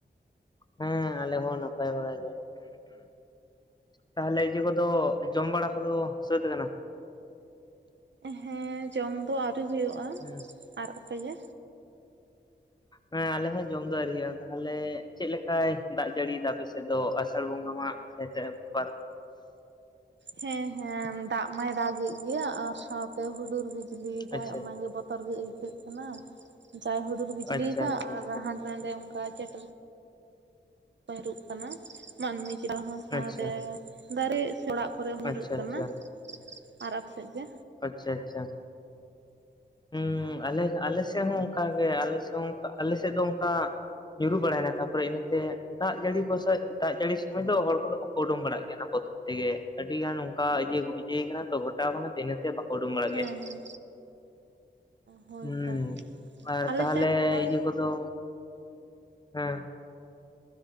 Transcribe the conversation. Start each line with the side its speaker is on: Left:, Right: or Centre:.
Left: ᱦᱮᱸ ᱟᱞᱮ ᱦᱚᱸ ᱱᱟᱯᱟᱭ ᱵᱟᱲᱟ ᱜᱮ ᱛᱟᱦᱚᱞᱮ ᱤᱭᱟᱹ ᱠᱚᱫᱚ ᱡᱚᱢ ᱵᱟᱲᱟ ᱠᱚᱫᱚ ᱥᱟᱹᱛ ᱟᱠᱟᱱᱟ
Right: ᱦᱮᱸ ᱡᱚᱢ ᱫᱚ ᱟᱹᱣᱨᱤ ᱦᱩᱭᱩᱜᱼᱟ
Left: ᱦᱩᱸ
Right: ᱟᱨ ᱟᱯᱮ ᱜᱮ
Left: ᱦᱮ ᱟᱞᱮ ᱦᱚᱸ ᱡᱚᱢ ᱫ ᱟᱹᱣᱨᱤ ᱦᱩᱭᱩᱜᱼᱟ ᱛᱟᱦᱚᱞᱮ ᱪᱮᱫᱞ ᱞᱮᱠᱟᱭ ᱫᱟᱜ ᱡᱟᱹᱲᱤᱭᱟ ᱟᱯᱮᱥᱮᱫ ᱫᱚ ᱟᱥᱟᱲ ᱵᱚᱸᱜᱟ ᱢᱟ ᱯᱟᱨᱚᱢ
Right: ᱦᱮᱸ ᱦᱮᱸ ᱫᱟᱜ ᱢᱟᱭ ᱫᱟᱜᱮᱫ ᱜᱮᱭᱟ ᱟᱨ ᱥᱟᱶᱛᱮ ᱦᱩᱰᱩᱨ ᱵᱤᱡᱽᱞᱤ ᱫᱟᱜ
Left: ᱟᱪᱪᱷᱟ
Right: ᱚᱱᱟᱜᱮ ᱵᱚᱛᱚᱨ ᱵᱚᱛᱚᱨ ᱜᱮ ᱟᱹᱭᱠᱟᱹᱜ ᱠᱟᱱᱟ ᱡᱟᱦᱟᱸᱭ ᱦᱩᱰᱩᱨ ᱵᱤᱡᱽᱞᱤᱭᱮᱫᱟ
Left: ᱟᱪᱪᱷᱟ ᱟᱪᱪᱷᱟ
Right: ᱟᱨ
Left: ᱟᱪᱪᱷᱟ
Right: ᱦᱟᱸᱰᱮ ᱱᱟᱰᱮ ᱚᱱᱠᱟ ᱪᱮᱴ ᱧᱩᱜ ᱠᱟᱱᱟ ᱢᱟᱹᱱᱢᱤ ᱪᱮᱛᱟᱱ ᱦᱚᱸ ᱥᱟᱶᱛᱮ
Left: ᱟᱪᱪᱷᱟ
Right: ᱫᱟᱨᱮ ᱚᱲᱟᱜ ᱠᱚᱨᱮ ᱦᱚᱸ ᱧᱩᱨᱩᱜ
Left: ᱟᱪᱪᱷᱟ
Right: ᱠᱟᱱᱟ
Left: ᱟᱪᱪᱷᱟ
Right: ᱟᱨ ᱟᱯᱮ ᱥᱮᱫ ᱜᱮ
Left: ᱟᱪᱪᱷᱟ ᱟᱪᱪᱷᱟ ᱦᱮᱸ ᱟᱞᱮ ᱟᱞᱮ ᱥᱮᱫ ᱦᱚᱸ ᱚᱱᱠᱟᱜ ᱜᱮ ᱟᱞᱮ ᱥᱮᱫ ᱦᱚᱸ ᱚᱱᱠᱟ ᱟᱞᱮ ᱥᱮᱫ ᱫᱚ ᱚᱱᱠᱟ ᱧᱩᱨᱩ ᱵᱟᱲᱟᱭᱮᱱᱟ ᱛᱟᱯᱚᱨᱮ ᱤᱱᱟᱹᱛᱮ ᱫᱟᱜ ᱡᱟᱹᱲᱤ ᱠᱚ ᱥᱮ ᱫᱟᱜ ᱡᱟᱹᱲᱤ ᱥᱚᱢᱚᱭ ᱫᱚ ᱦᱚᱲ ᱠᱚᱫᱚ ᱵᱟᱠᱚ ᱩᱰᱩᱝ ᱵᱟᱲᱟᱜ ᱜᱮᱭᱟ ᱚᱱᱟ ᱵᱚᱛᱚᱨ ᱛᱮᱜᱮ ᱟᱹᱰᱤ ᱜᱟᱱ ᱚᱱᱠᱟ ᱤᱭᱟᱹ ᱤᱭᱟᱹ ᱟᱠᱟᱱᱟ ᱛᱚ ᱜᱷᱚᱴᱟᱣ ᱟᱠᱟᱱᱟ ᱛ ᱤᱱᱟᱹᱛᱮ ᱵᱟᱠᱚ ᱩᱰᱩᱝ ᱵᱟᱲᱟᱜ
Right: ᱦᱮᱸ
Left: ᱜᱮᱭᱟ
Right: ᱦᱮᱸ ᱦᱳᱭᱛᱚ
Left: ᱦᱮᱸ ᱟᱨ
Right: ᱟᱞᱮ
Left: ᱛᱟᱦᱚᱞᱮ
Right: ᱥᱮᱫ ᱦᱚᱸ
Left: ᱤᱭᱟᱹ ᱠᱚᱫᱚ ᱦᱮᱸ